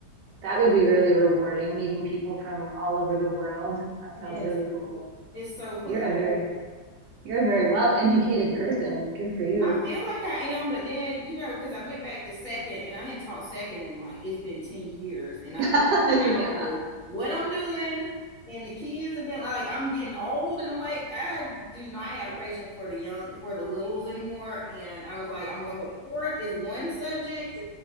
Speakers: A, on the right; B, on the left.
A: That would be really rewarding, meeting people from all over the world. That
B: Yes,
A: sounds really cool.
B: it's so fun.
A: You're a very you're a very well-educated person. Good for you.
B: I feel like I am, but then, you know, because I went back to second and I hadn't taught second in like it's been 10 years. And I
A: <laughs>
B: feel like I
A: Yeah.
B: don't know what I'm doing. And the kids have been like, I'm getting old, and I'm like, I do not have the patience for the young, for the littles anymore. And I was like, I'm going back to fourth is one subject,